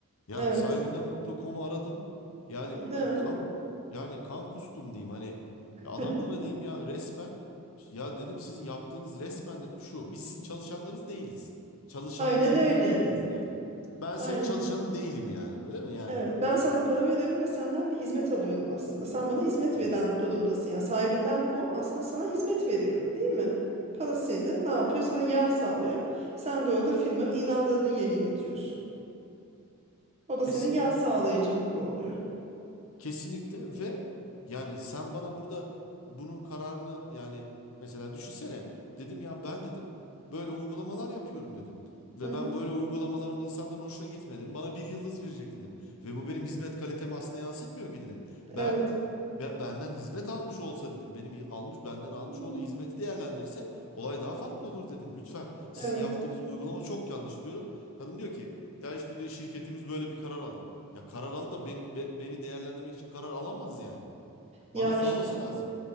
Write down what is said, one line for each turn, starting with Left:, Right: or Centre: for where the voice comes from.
Left: Yani
Right: evet
Left: sahibinden sahibinden.com'u aradım. Yani
Right: Hı.
Left: ka- kan yani kan kustum diyeyim hani ya adamlara
Right: <laughs>
Left: diyeyim ya resmen ya dedim sizin yaptığınız resmen dedim şu biz sizin çalışanlarınız değiliz. Çalışanlarınız
Right: aynen öyle
Left: değiliz yani. Ben
Right: aynen
Left: senin çalışanın
Right: öyle.
Left: değilim yani. Öyle mi yani?
Right: evet ben sana para veriyorum ve senden bir hizmet alıyorum aslında sen bana hizmet
Left: Evet.
Right: veren durumdasın yani sahibinden kom aslında sana hizmet veriyor değil mi parasıyla ne yapıyor sana yer sağlıyor sen de orada firmanın ilanlarını yayınlatıyorsun O da
Left: Kesinlikle.
Right: senin yan sağlayıcın gibi oluyor.
Left: Kesinlikle ve yani sen bana burada bunun kararını yani mesela düşünsene dedim ya ben dedim böyle uygulamalar yapıyorum dedim. Ve
Right: Hı
Left: ben
Right: hı.
Left: böyle uygulamalarımın insanların hoşuna gitmedim. Bana bir yıldız verecek dedim. Ve bu benim hizmet kalitemi aslında yansıtmıyor ki dedim. Ben
Right: Evet.
Left: be- benden hizmet almış olsa dedim. Benim hi- almış benden almış
Right: Hmm,
Left: olduğu hizmeti değerlendirse Olay daha farklı olur dedim. Lütfen sizin
Right: Evet.
Left: yaptığınız bu uygulama çok yanlış diyorum. Kadın diyor ki ya işte diyor şirketimiz böyle bir karar aldı. Ya karar aldı da beni, be- beni değerlendirmek için karar alamaz yani.
Right: Ya
Left: Bana sorması
Right: işte
Left: lazım.